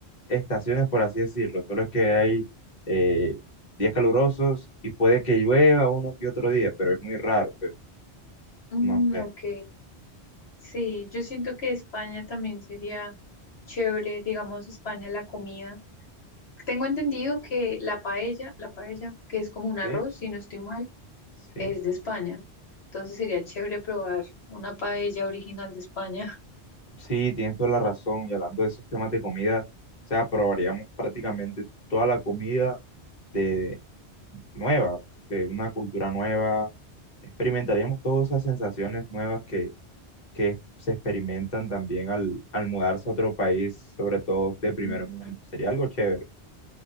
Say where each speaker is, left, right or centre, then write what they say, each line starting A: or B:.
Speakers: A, on the left; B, on the left.
A: estaciones, por así decirlo. Solo es que hay eh, días calurosos y puede que llueva uno que otro día, pero es muy raro, pero
B: Mm,
A: no sé.
B: ok. Sí, yo siento que España también sería chévere, digamos, España la comida. Tengo entendido que la paella, la paella, que es como un arroz,
A: Sí,
B: si no estoy mal,
A: sí,
B: es de España. Entonces sería chévere probar una paella original de España.
A: sí, tienes toda la razón. Y hablando de esos temas de comida, o sea, probaríamos prácticamente toda la comida de nueva, de una cultura nueva. Experimentaríamos todas esas sensaciones nuevas que, que se experimentan también al, al mudarse a otro país, sobre todo de primer
B: Ujú.
A: mundo. Sería algo chévere.